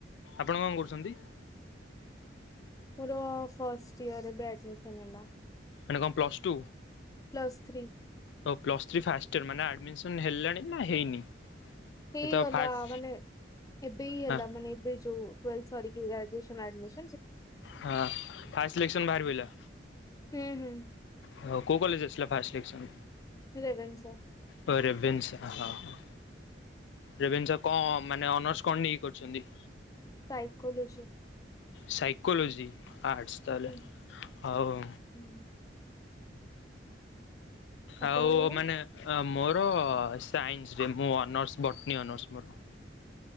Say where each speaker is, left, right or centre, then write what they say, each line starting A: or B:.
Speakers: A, on the left; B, on the left.
A: ଆପଣ କଣ କରୁଛନ୍ତି?
B: ମୋର ଫାଷ୍ଟିଇୟର ଏବେ ଆଡିମିସନ୍ ହେଲା।
A: ମନେ କଣ ପ୍ଲଷ୍ଟୁ
B: ପ୍ଲସ୍ ଥ୍ରୀ
A: ଓ ପ୍ଲସଥିରି ଫାଷ୍ଟିୟର ମାନେ ଆଡିମିସନ୍ ହେଲାଣି ନା ହେଇନି?
B: ହଇଗଲା
A: ଏ ତ ଫାଷ୍ଟ
B: ମାନେ ଏବେ ହେଲା
A: ହଁ
B: ମାନେ ଏବେ ଯଉ ଟୁଏଲେ ସରିକି ଗଜୁଏସନ୍ ଆଦିମିସନ୍
A: ହଁ ଫା ସିଲେକ୍ସନ ଭାରି ପାଇଲା।
B: ହୁଁ ହୁଁ।
A: ହଉ କେଉଁ କଲେଜ ଆସିଲା ଫାଷ୍ଟ ସିଲକ୍ସନ୍?
B: ରେଭେନ୍ସା।
A: ଅ ରେଭେନ୍ସା ହଁ ହଁ। ରେଭେନ୍ସା ଙ୍କ ମାନେ ଅନର୍ସ କଣ ନେଇକି କରିଚନ୍ତି?
B: ସାଇକୋଲୋଜି।
A: ସାଇକୋଲୋଜି ଆର୍ଟସ ତାହଲେ
B: ହୁଁ
A: ହଉ
B: ହୁଁ ଆପଣଙ୍କର?
A: ଆଉ ମାନେ ଅ ମୋର ସାଇନ୍ସରେ ମୁଁ ଅନର୍ସ ବଟନୀ ଅନର୍ସ ମୋର।